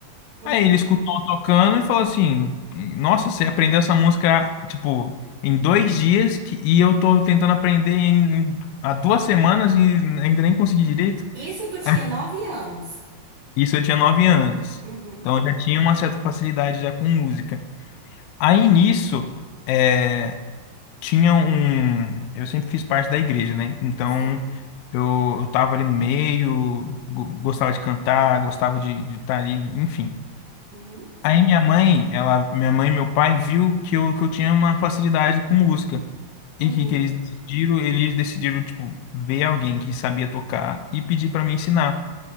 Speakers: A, on the right (about 65°); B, on the left (about 80°).
A: Uhum.
B: Aí ele escutou eu tocando e falou assim: Nossa, você aprendeu essa música, tipo, em dois dias que, e eu tô tentando aprender em, em- há duas semanas e ainda nem consegui direito.
A: Isso tu tinha
B: Aí,
A: nove anos.
B: Isso eu tinha nove anos.
A: Uhum.
B: Então eu já tinha uma certa facilidade já com música. Aí nisso, é, tinha um. Eu sempre fiz parte da igreja, né? Então.
A: Sim.
B: Eu, eu tava ali no meio, go- gostava de cantar, gostava de estar ali, enfim.
A: Uhum.
B: Aí minha mãe, ela, minha mãe e meu pai viu que eu, que eu tinha uma facilidade com música. E
A: Uhum.
B: que, que eles decidiram, eles decidiram, tipo, ver alguém que sabia tocar e pedir para me ensinar.